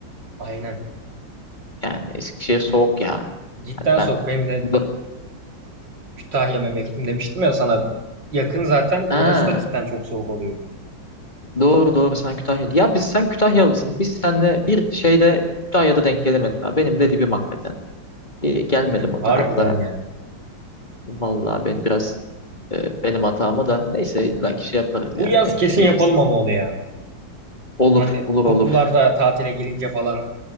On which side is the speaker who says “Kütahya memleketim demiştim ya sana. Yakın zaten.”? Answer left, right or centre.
Right